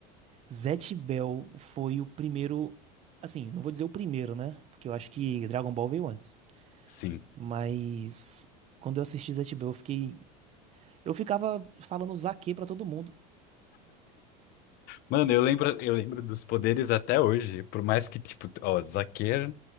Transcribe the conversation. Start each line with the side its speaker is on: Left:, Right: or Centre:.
Right: Zatch Bell foi o primeiro, assim, não vou dizer o primeiro, né? Porque eu acho que Dragon Ball veio antes.
Left: Sim.
Right: Mas quando eu assisti Zatch Bell, eu fiquei eu ficava falando zaque pra todo mundo.
Left: Mano, eu lembro, eu lembro dos poderes até hoje. Por mais que, tipo, ó, Zaquer,